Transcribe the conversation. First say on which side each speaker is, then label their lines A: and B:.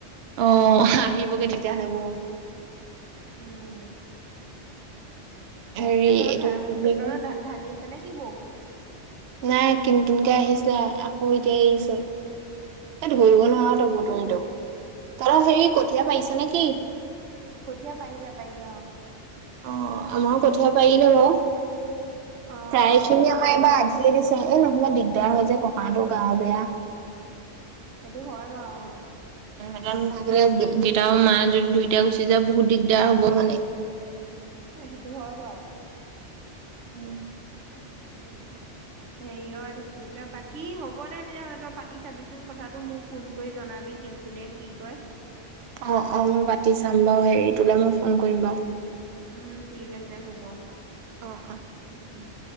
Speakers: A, on the right; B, on the right.
A: অ আহিবগে তেতিয়াহ'লে বৰষুণ।
B: উম তাকে
A: হেৰি
B: ত
A: এইটো
B: ত
A: কি বুলি
B: ত
A: কয়
B: ঢালি আছে তে নেকি বৰষুনৰ
A: নাই কিন কিনকে আহিছে আকৌ এতিয়া এৰিছে। ধৰিব নোৱাৰি তো বতৰটোক তৰ হেৰি কঠীয়া পাইছে নে কি?
B: কঠীয়া পাৰিলে পাৰিলে অ
A: অ আমাৰো কঠিয়া পাৰিলে বাৰু,
B: অ
A: প্ৰায়
B: অ
A: খিনিয়ে আমাৰ এইবাৰ আধি দি দিছেএ নহাৰ দিগদাৰ হয় যে ককটো গা বেয়া
B: সেইটো হয় বাৰু আহ
A: দেতা নাথাকিলে আৰু মা যদি দুইটা গুচি যায় বহুত দিগদাৰ হব মানে
B: সেইটো হয় বাৰু
A: উম
B: তাকে, হেৰিয় বাকী হ'ব দে তেতিয়া তই পাতি চাবিচোন কথাটো মোক ফোন কৰি জনাবি কি কোনে কি কয়
A: অ অ মই পাতি চাম বাৰু হেৰি তোলৈ মই ফোন কৰিম বাৰু।
B: উম ঠিক আছে হব।
A: অ অ
B: উ হ